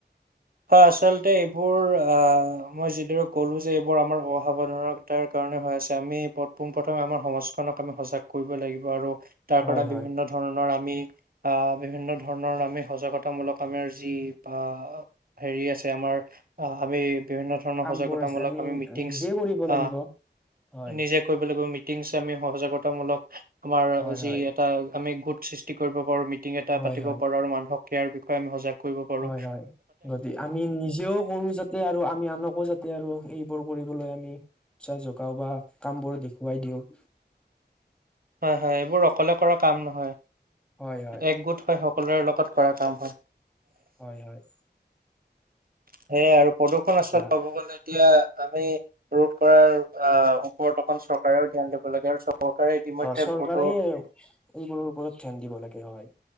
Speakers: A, on the right (about 55°); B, in the centre.
A: হয় আচলতে এইবোৰ আহ মই যিদৰে ক'লো যে, এইবোৰ আমাৰ অসাৱধানতাৰ কাৰণে -কাৰণ হৈ আছে। আমি পোন প্ৰ্ৰথমে আমাৰ সমাজখনক আমি সজাগ কৰিব লাগিব। আৰু- তাৰপৰা
B: হয় হয়
A: বিভিন্ন ধৰণৰ আ আমি <inaudible> আহ বিভিন্ন ধৰণৰ আমি সজাগতাামূলক আমাৰ যি বা- হেৰি আছে আমাৰ অ' আমি- বিভিন্ন ধৰণৰ
B: কামবোৰ
A: সজাগতামূলক
B: আছে
A: আমি মিটিংছ
B: নিজে কৰিব
A: আহ,
B: লাগিব হয়
A: নিজে কৰিব লাগিব। আমি সহাজগতামূলক আমাৰ
B: হয়
A: যি
B: হয়
A: এটা আমি গোট সৃষ্টি কৰিব পাৰো। মিটিং এটা
B: হয়
A: পাতি
B: হয়
A: পাৰো আৰু মানোহক ক্ৰিয়াৰ বিষয়ে আমি সজাগ কৰিব পাৰো।
B: হয় হয় গতি আমি নিজেও কৰো যাতে আৰু আমি আনকো যাতে আৰু এইবোৰ কৰিবলৈ আমি- চাহ জোকাও বা কামবোৰ দেখুৱাই দিওঁ-
A: হয়-হয় এইবোৰ অকলে কৰা কাম নহয়,
B: হয় হয়
A: একগোট হয়। সকলোৰে লগত কৰা কাম হয়।
B: হয়-হয়
A: সেয়াই আৰু প্ৰদূ্ষণ
B: এতিয়া
A: আচল ক'ব গ'লে এতিয়া- আমি ৰোধ কৰাৰ আহ ওপৰত অকখন চৰকাৰেও ধ্যান দিব লাগে। আৰু চৰকাৰে ইতিমধ্যে
B: অ চৰকাৰে
A: বহুতো
B: এই বোৰৰ ওপৰত ধ্যান দিব লাগে হয়।